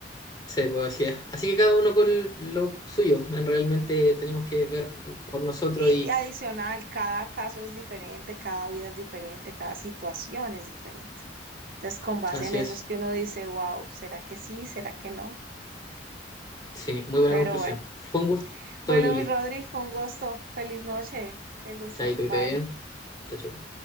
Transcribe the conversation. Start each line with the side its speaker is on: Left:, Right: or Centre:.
Left: sí, pues así es. Así que cada uno con lo suyo, en realmente tenemos que ver por nosotros
Right: y,
Left: y
Right: y adicional, cada caso es diferente, cada vida es diferente, cada situación es diferente. Entonces, con base
Left: así
Right: en eso
Left: es.
Right: es que uno dice, wow, ¿será que sí? ¿Será que no?
Left: Sí, muy buena
Right: Pero
Left: conclusión.
Right: bueno.
Left: Fue un gusto,
Right: Bueno,
Left: Yuli.
Right: mi Rodri, fue un gusto. Feliz noche. Qué gusto.
Left: Chaito,
Right: Bye.
Left: que te vaya. bien. Chao, chao.